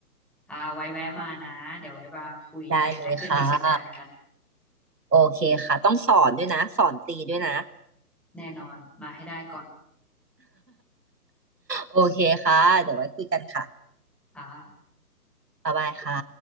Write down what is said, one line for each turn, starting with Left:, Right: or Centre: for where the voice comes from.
Centre: อ่าไว้แวะมานะเดี๋ยวไว้มาคุยกันแลกเปลี่ยนประสบการณ์กัน
Right: ได้เลยค่ะโอเคค่ะต้องสอนด้วยนะสอนตีด้วยนะ
Centre: แน่นอนมาให้ได้ก่อน
Right: โอเคค่ะเดี๋ยวไว้คุยกันค่ะ
Centre: <laughs> อ่า
Right: บ๊ายบายค่ะ